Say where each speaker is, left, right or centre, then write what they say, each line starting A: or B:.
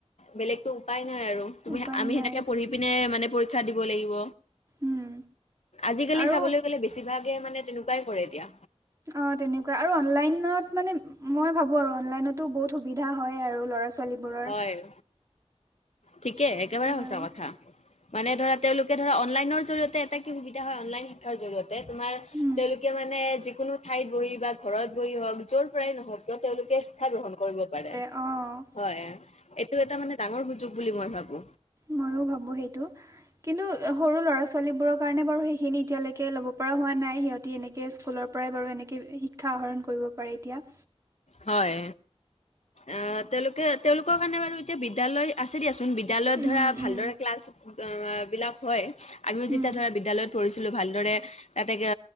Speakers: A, on the left; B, on the right.
A: বেলেগতো উপায় নাই আৰু তুমি
B: উপায়
A: আমি
B: নাই
A: সেনেকে পঢ়ি পিনে মানে পৰীক্ষা দিব লাগিব
B: উম
A: আজিকালি
B: আৰু
A: চাবলৈ গ'লে বেছিভাগে মানে তেনেকুৱাই কৰে এতিয়া
B: অঁ তেনেকুৱাই আৰু অনলাইনত মানে মই ভাবোঁ আৰু অনলাইনতো বহুত সুবিধা হয় আৰু ল'ৰা-ছোৱালীবোৰৰ
A: হয়। ঠিকে একেবাৰে সঁচা
B: আৰু
A: কথা মানে ধৰা তেওঁলোকে ধৰা অনলাইনৰ জৰিয়তে এটা কি সুবিধা হয় অনলাইন শিক্ষাৰ জৰিয়তে তোমাৰ
B: উম
A: তেওঁলোকে মানে যিকোনো ঠাইত বহি বা ঘৰত বহি হওঁক যৰ পৰাই নহওঁক তেওঁলোকে শিক্ষা গ্ৰহণ কৰিব পাৰে
B: অ
A: হয় এইটো এটা মানে ডাঙৰ সুযোগ বুলি মই ভাবো
B: ময়ো ভাবোঁ সেইটো কিন্তু সৰু ল'ৰা-ছোৱালীবোৰৰ কাৰণে বাৰু সেইখিনি এতিয়ালেকে ল'ব পৰা হোৱা নাই সিহঁতি এনে কে স্কুলৰ পৰাই বাৰু এনেকে শিক্ষা আহৰণ কৰিব পাৰে এতিয়া
A: হয় অ তেওঁলোকে তেওঁলোকৰ কাৰণে বাৰু এতিয়া বিদ্যালয় আছে দিয়াচোন বিদ্যালয়ত
B: উম
A: ধৰা ভালদৰে
B: উম
A: ক্লাছ বিলাক হয় আমিও যেতিয়া
B: উম
A: ধৰা বিদ্যালয়ত পঢ়িছিলো ভালদৰে তাতে কে